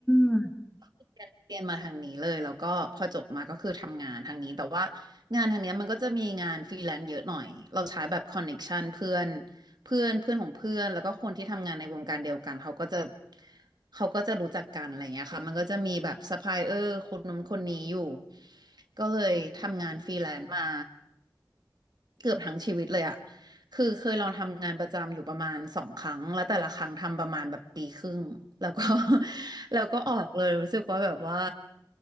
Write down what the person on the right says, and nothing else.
เรียนเรียนมาทางนี้เลยแล้วก็พอจบมาก็คือทำงานทางนี้แต่ว่างานทางเนี้ยมันก็จะมีงานฟรีแลนซ์เยอะหน่อยเราใช้แบบคอนเน็กชันเพื่อนเพื่อนเพื่อนของเพื่อนแล้วก็คนที่ทำงานในวงการเดียวกันเขาก็จะเขาก็จะรู้จักกันอะไรเงี้ยค่ะมันก็จะมีแบบซัพพลายเออร์คนนู้นคนนี้อยู่ก็เลยทำงานฟรีแลนซ์มา
เกือบทั้งชีวิตเลยอะคือเคยลองทำงานประจำอยู่ประมาณสองครั้ง แล้วแต่ละครั้งทำประมาณแบบปีครึ่ง แล้วก็ <laughs> แล้วก็ออกเลยรู้สึกว่าแบบว่า